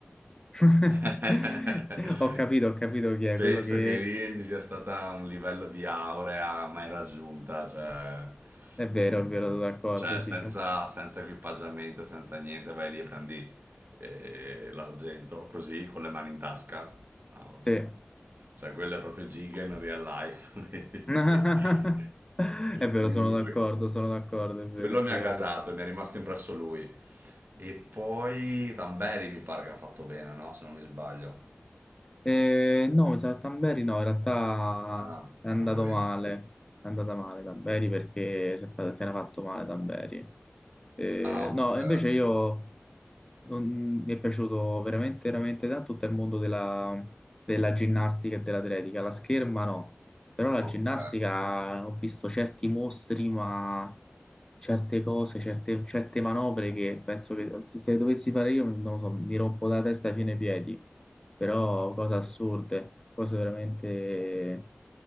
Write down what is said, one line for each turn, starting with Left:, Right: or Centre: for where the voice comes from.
Left: <laughs>
Right: <laughs>
Left: Ho capito, ho capito chi è
Right: penso
Left: quello che
Right: che lì ci sia stata un livello di aurea mai raggiunta, cioè,
Left: È vero,
Right: mm,
Left: è vero, sono d'accordo,
Right: cioè
Left: si
Right: senza,
Left: dice.
Right: senza equipaggiamento, senza niente, vai lì e prendi eh, l'argento, così, con le mani in tasca. Ah, vabbè.
Left: Sì.
Right: Cioè, quello è proprio Gigan real life.
Left: <laughs>
Right: <laughs>
Left: È
Right: E
Left: vero,
Right: quindi
Left: sono d'accordo,
Right: que-
Left: sono d'accordo, è vero,
Right: quello
Left: è vero.
Right: mi ha gasato, mi è rimasto impresso lui. E poi Tamberi mi pare che ha fatto bene, no? Se non mi sbaglio.
Left: Eh, no, mi sa che Tamberi no, in realtà
Right: Ah,
Left: è andato
Right: allora vedi.
Left: male, è andata male Tamberi perché si è fa- se ne è fatto male Tamberi. Eh,
Right: Ah, ok.
Left: no, invece io non- mi è piaciuto veramente, veramente tanto tutto il mondo della, della ginnastica e dell'atletica. La scherma no, però la
Right: Ok.
Left: ginnastica ho visto certi mostri, ma certe cose, certe, certe manovre che penso che se se le dovessi fare io, non lo so, mi rompo la testa fino ai piedi però cose assurde, cose veramente